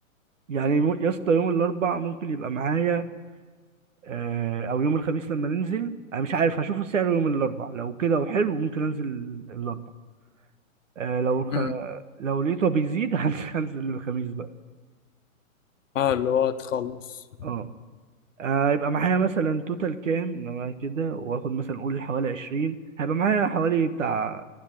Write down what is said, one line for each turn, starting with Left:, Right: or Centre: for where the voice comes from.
Right: يعني مو- يا اسطى يوم الأربع ممكن يبقى معايا آه أو يوم الخميس لما ننزل أنا مش عارف هشوف السعر يوم الأربع لو كده وحلو ممكن أنزل الأربع آه لو خ...
Left: امم
Right: لو لقيته بيزيد <laughs> هنزل هنزل الخميس بقى
Left: اه اللي هو تخلص
Right: اه آه، هيبقى معايا مثلا توتال كام لما كده واخد مثلا قول حوالي 20 هيبقى معايا حوالي بتاع